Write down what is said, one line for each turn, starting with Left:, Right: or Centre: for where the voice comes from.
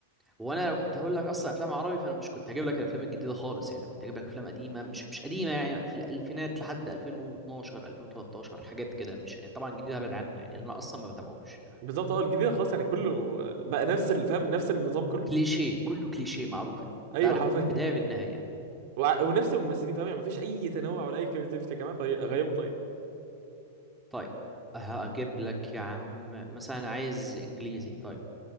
Centre: وانا لو كنت هقول لك اصلا افلام عربي فانا مش كنت هجيب لك الافلام الجديده خالص يعني كنت هجيب لك افلام قديمه مش مش قديمه يعني في الالفينات لحد 2012 2013 حاجات كده مش طبعا جديده هبعد عنه يعني انا اصلا ما بتابعوش
Right: بالظبط اه الجديده خلاص يعني كله آه، بقى نفس ال- فاهم نفس النظام كله
Centre: كليشيه كله كليشيه معروف انت
Right: <laughs> ايوه
Centre: عارف
Right: حرفيا
Centre: بدايه بالنهايه
Right: و... ونفس الممثلين فاهم يعني مفيش اي تنوع ولا اي كريتيفيتي كمان غي- غيابه طيب
Centre: طيب هجيب لك يا عم مثلا عايز انجليزي طيب